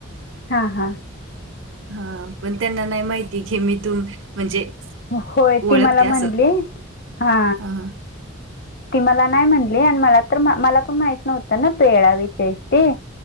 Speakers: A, on the left (about 50°); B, on the right (about 65°).
A: हा हा.
B: हा पण त्यांना नाही माहिती की मी तुम म्हणजे
A: होय
B: ओळखते
A: ती मला म्हणली.
B: असं.
A: हा
B: हां,
A: ती मला नाही म्हण मला तर मला पण माहिती नव्हतं ना तू येळावीच आहेस ती,